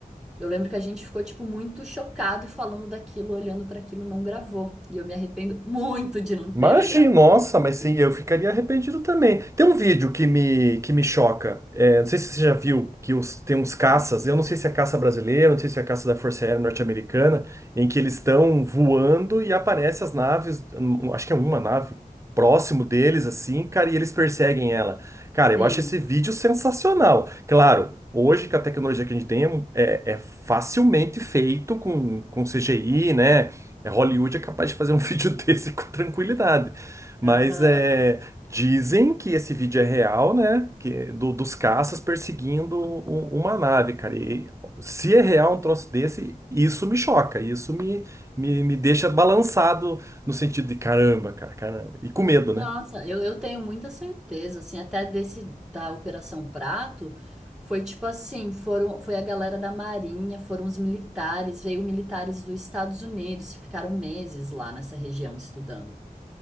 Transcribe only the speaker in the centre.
Eu lembro que a gente ficou, tipo, muito chocado e falando daquilo, olhando para aquilo, não gravou. E eu me arrependo muito de não ter
uma gravação
daquilo.
Sim.
Aham.
Nossa,
eu, eu tenho muita certeza, assim, até desse da Operação Prato, foi tipo assim, foram, foi a galera da Marinha, foram os militares, veio militares dos Estados Unidos, ficaram meses lá nessa região estudando.